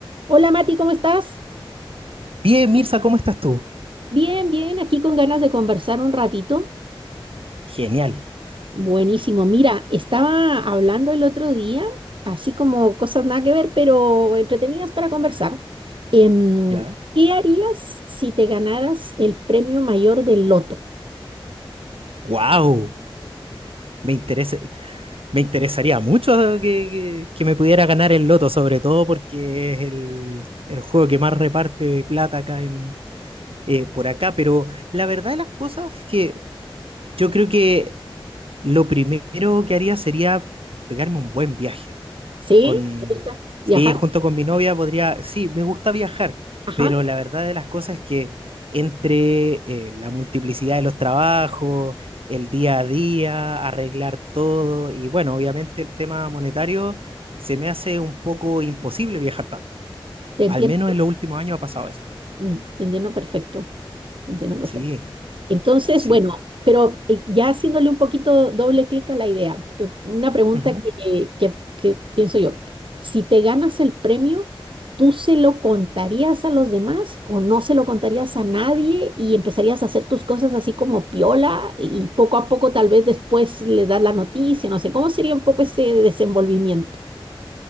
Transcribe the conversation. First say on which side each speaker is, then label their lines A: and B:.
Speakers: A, on the right; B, on the right.
A: Hola Mati, ¿cómo estás?
B: Bien, Mirza, ¿cómo estás tú?
A: Bien, bien, aquí con ganas de conversar un ratito.
B: Genial.
A: Buenísimo. Mira, estaba hablando el otro día, así como cosas nada que ver, pero entretenidas para conversar. Em,
B: ¿Ya?
A: ¿qué harías si te ganaras el premio mayor del loto?
B: ¡Wow! Me interesa, me interesaría mucho que, que- que me pudiera ganar el loto, sobre todo porque es el, el juego que más reparte plata acá en, eh, por acá. Pero la verdad de las cosas es que yo creo que lo primero que haría sería pegarme un buen viaje.
A: ¿Sí?
B: Con,
A: ¿Te gusta
B: sí,
A: viajar?
B: junto con mi novia podría, sí, me gusta viajar,
A: Ajá,
B: pero la verdad de las cosas es que entre eh, la multiplicidad de los trabajos, el día a día, arreglar todo, y bueno, obviamente el tema monetario, se me hace un poco imposible viajar tanto.
A: te entiendo.
B: Al menos en los últimos años ha pasado eso.
A: Mm, te entiendo perfecto. Te entiendo perfecto.
B: Sí,
A: Entonces,
B: sí.
A: bueno, pero eh, ya haciéndole un poquito doble clic a la idea, eh, una pregunta
B: ujú.
A: que, que- que pienso yo, si te ganas el premio, ¿tú se lo contarías a los demás o no se lo contarías a nadie y empezarías a hacer tus cosas así como piola y poco a poco tal vez después le das la noticia, no sé, ¿cómo sería un poco ese desenvolvimiento? <laughs>